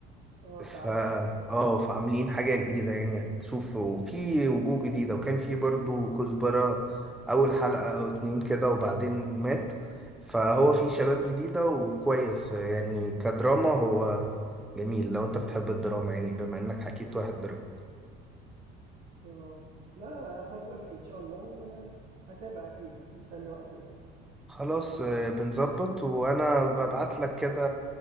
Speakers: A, on the right; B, in the centre.
A: اه
B: ف
A: بتاع الراب
B: اه فعاملين حاجة جديدة يعني هتشوف وفي وجوه جديدة وكان في برضو كزبرة أول حلقة أو اتنين كده وبعدين مات فهو في شباب جديدة وكويس يعني كدراما هو جميل لو انت بتحب الدراما يعني بما انك حكيت واحد دراما
A: اه لا فضي وقتك إن شاء الله وهتابع أكيد بس مستني وقت بس
B: خلاص آه، بنظبط وانا ببعت لك كده